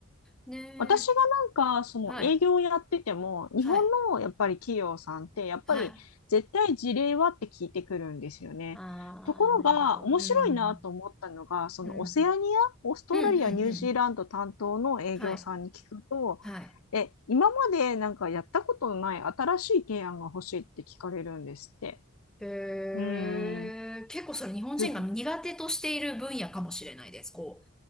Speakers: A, in the centre; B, on the left (about 75°).
A: ねえ。
B: 私がなんか、その営業をやってても、
A: はい。
B: 日本のやっぱり企業さんって、
A: はい。
B: やっぱり絶対事例はって聞いてくるんですよね。
A: はい。ああ、
B: ところが、
A: なるほど。
B: 面白いなと思ったのが、
A: うん。
B: そのオセアニア、
A: うん。
B: オーストラリア、
A: うん、うん、
B: ニュージーランド担当の営業さんに聞くと、
A: うん。はい。はい。
B: え、今までなんかやったことのない新しい提案が欲しいって聞かれるんですって。
A: へえ、
B: うん
A: 結構それ日本人が苦手としている分野かもしれないです。
B: す
A: こ